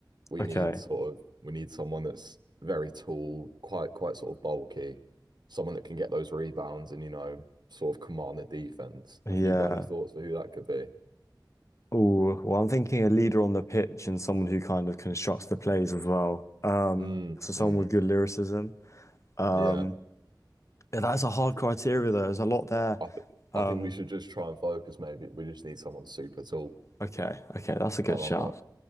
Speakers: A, on the right; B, on the left.
A: we
B: Okay.
A: need sort of we need someone that's very tall, quite quite sort of bulky, someone that can get those rebounds and you know sort of command the defense.
B: Yeah.
A: Have you got any thoughts for who that could be?
B: Oh, well, I'm thinking a leader on the pitch and someone who kind of constructs the plays as well. Um,
A: Mm,
B: so someone
A: mm,
B: with good lyricism. Um,
A: yeah,
B: yeah, that's a hard criteria though. There's a lot there.
A: I th
B: Um,
A: I think we should just try and focus. Maybe we just need someone super tall,
B: okay, okay, that's a good
A: and
B: shout.
A: I'm I,